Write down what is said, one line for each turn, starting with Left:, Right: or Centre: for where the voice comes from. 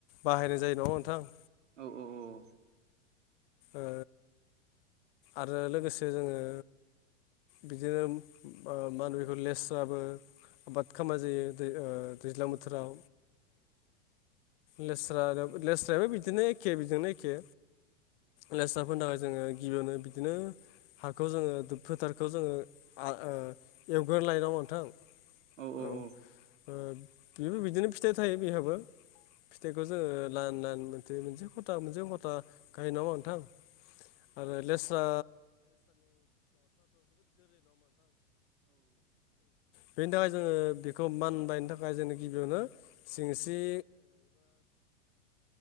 Left: बाहायनाय जायो नामा नोंथां
Right: औ औ औ
Left: ओ आरो लोगोसे जोङो बिदिनो मा होनो बेखौ लेसाबो आबाद खालामामनाय जायो दै दैज्लां बोथोराव लेस्रा लेस्रायाबो बिदिनो एखे बेजोंनो एखे लेस्राफोरनि थाखाय जोङो गिबियावनो बिदिनो हाखौ जोङो फोथार <inaudible>
Right: औ औ
Left: ओ
Right: औ
Left: बेबो बिदिनो फिथाइ थायो बिहाबो फिथाइखौ जोङो लाइन लाइन मोनसे खथा मोनसे खथा गायो नामा नोंथां आरो लेस्रा <inaudible> बेनि थाखाय जोङो बेखौ मानबायनो थाखाय जोङो गिबियावनो सिंस्रि